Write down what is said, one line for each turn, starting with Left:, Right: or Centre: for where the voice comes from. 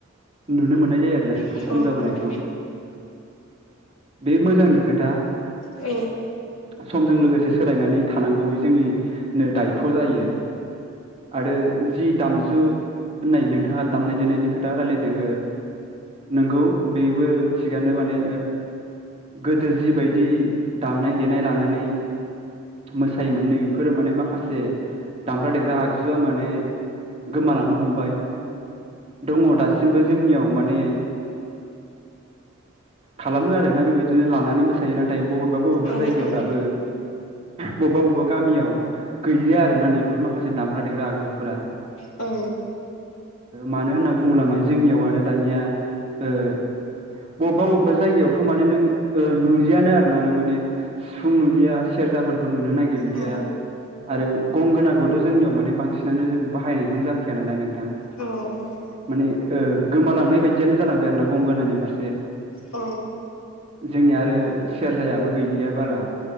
Right: नुनो मोननाय जायो आरो। बे
Left: औ
Right: खम जाबोनायखौ बे मोजांनि खोथ
Left: औ।
Right: समजों लोगोसे सोलायनानै थानांगौ बे जोंनि। दायथ' जायो आरो जि दामजु नै नों नोंथाङा दामनाय देनायनि खोथा रायलायदों नंगौ बेबो थिगानो माने गोदो जिबायदि दामनाय देनाय लानानै। मोसायोमोन नै बेफोर माने माखासे दामग्रा देग्रा आगजुआ माने गोमालांनो हमबाय। दङ दासिमबो जोंनियाव माने खालामो आरोना बेबायदिनो लानानै मोसायो नाथाय बबेबा बबेबा
Left: औ
Right: जायगायाव दाबो। बबेबा बबेबा गामियाव गैलिया आरोना नैफोर माखासे दामग्रा देग्रा आगजुफोरा।
Left: औ।
Right: मानो होनना बुङोबला म जोंनियाव आरो दानिया। बबेबा बबेबा जायगायावथ' माने नों नुुलियानो आरोोना नों माने सिफुं
Left: औ
Right: नुलिया सेर बुरजाफोरखौ नुनो नागिरलिया।
Left: औ
Right: आरो गंगोनाखौथ' जोंनियाव माने बांसिनानो जों बाहायनायखौनो जाखाया नालाय नोंथां।
Left: औ औ
Right: माने गोमालांनाय बायदियानो जालांबाय आरोोना गंगोनानि फारसे
Left: औ
Right: जोंनिया आरो सेरजायाबो गैलिया बारा